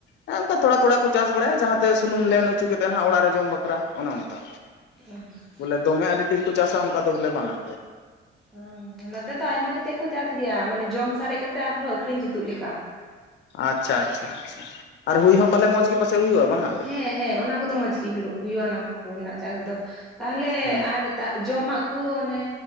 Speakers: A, on the left; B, in the centre.
A: ᱦᱮᱸ ᱚᱱᱠᱟ ᱛᱷᱚᱲᱟ ᱛᱷᱚᱲᱟ ᱠᱚ ᱪᱟᱥ ᱵᱟᱲᱟᱭᱟ ᱡᱟᱦᱟᱸᱛᱮ ᱥᱩᱱᱩᱢ ᱞᱮᱱ ᱚᱪᱚ ᱠᱟᱛᱮᱫ ᱦᱟᱸᱜ ᱚᱲᱟᱜ ᱨᱮ ᱡᱚᱢ ᱵᱟᱠᱷᱨᱟ ᱚᱱᱮ ᱚᱱᱠᱟ
B: <unintelligible>
A: ᱵᱚᱞᱮ ᱫᱚᱢᱮ ᱟᱹᱰᱤ ᱰᱷᱮᱨ ᱠᱚ ᱪᱟᱥᱟ ᱚᱱᱠᱟ ᱫᱚ ᱵᱚᱞᱮ ᱵᱟᱝ-ᱟ
B: ᱦᱚᱸ ᱱᱚᱛᱮ ᱫᱚ ᱟᱭᱢᱟ ᱠᱟᱛᱮᱫ ᱠᱚ ᱪᱟᱥ ᱜᱮᱭᱟ ᱢᱟᱱᱮ ᱡᱚᱢ ᱥᱟᱨᱮᱡ ᱠᱟᱛᱮᱜ ᱟᱨᱦᱚᱸ ᱟᱹᱠᱷᱨᱤᱧ ᱡᱩᱛᱩᱜ ᱞᱮᱠᱟ,
A: ᱟᱪᱪᱷᱟ ᱟᱪᱪᱷᱟ ᱟᱪᱪᱷᱟ ᱟᱨ ᱦᱩᱭ ᱦᱚᱸ ᱯᱟᱞᱮ ᱢᱚᱡᱽ ᱜᱮ ᱯᱟᱥᱮᱡ ᱦᱩᱭᱩᱜᱼᱟ ᱵᱟᱝ-ᱟ ᱜᱮ
B: ᱦᱮᱸ ᱦᱮᱸ ᱚᱱᱟ ᱠᱚᱫᱚ ᱢᱚᱸᱡᱽ ᱜᱮ <unintelligible> ᱦᱩᱭᱩᱜᱼᱟ ᱚᱱᱟ ᱠᱚ ᱨᱮᱱᱟᱜ ᱪᱟᱥ ᱫᱚ ᱛᱟᱦᱚᱞᱮ
A: ᱦᱩᱸ
B: ᱟᱨ ᱫᱟᱜ ᱡᱚᱢᱟᱜ ᱠᱚ ᱚᱱᱮ